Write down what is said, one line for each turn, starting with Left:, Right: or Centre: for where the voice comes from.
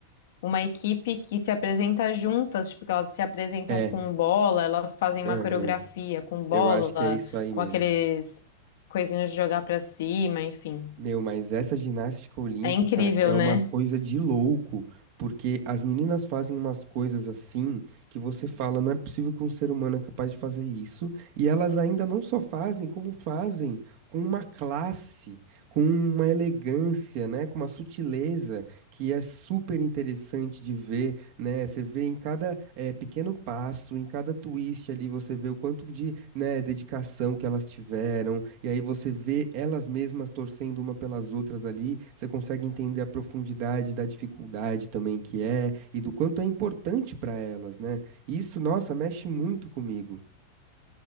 Left: uma equipe que se apresenta juntas, tipo, que elas se apresentam
Right: É,
Left: com bola, elas fazem uma
Right: aham,
Left: coreografia com bola,
Right: eu acho que é isso aí
Left: com
Right: mesmo.
Left: aqueles coisinhos de jogar pra cima, enfim.
Right: Meu, mas essa ginástica olímpica
Left: É incrível,
Right: é uma
Left: né?
Right: coisa de louco, porque as meninas fazem umas coisas assim que você fala, não é possível que um ser humano é capaz de fazer isso, e elas ainda não só fazem, como fazem com uma classe, com uma elegância, né, com uma sutileza que é super interessante de ver né? Você vê em cada eh, pequeno passo, em cada twist ali, você vê o quanto de, né, dedicação que elas tiveram, e aí você vê elas mesmas torcendo uma pelas outras ali, você consegue entender a profundidade da dificuldade também que é, e do quanto é importante para elas, né? Isso, nossa, mexe muito comigo.